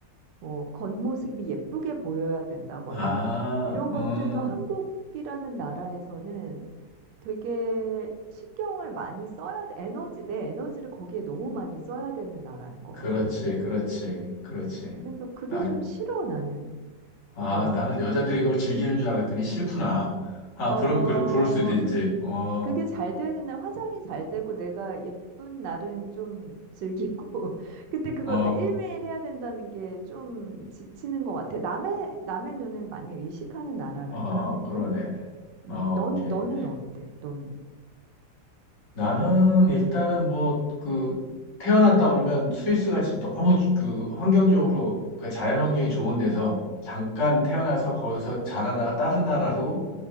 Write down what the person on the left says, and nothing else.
아,
음.
그렇지,
그렇지, 그렇지.
아,
아,
나는 여자들이 그걸 즐기는 줄 알았더니 싫구나. 아,
그러면 그럴, 그럴 수도 있지.
어,
어,
어,
그러네.
어,
오케이.
나는 일단은 뭐 그 태어났다 그러면 스위스가 지금 너무 그 환경적으로 그 자연 환경이 좋은 데서 잠깐 태어나서 거기서 자라다가 다른 나라로